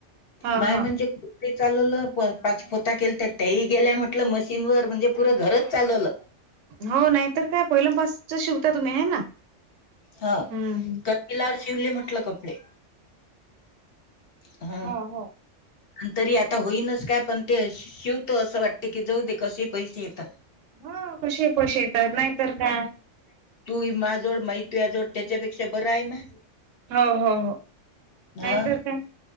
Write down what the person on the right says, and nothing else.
हा
हा
हो नाहीतर काय पहिलंपासच शिव. ता तुम्ही आहे ना?
हम्म.
हा हा.
हा. कशे फसिवतात नाहीतर काय?
हो हो हो.
नाहीतर काय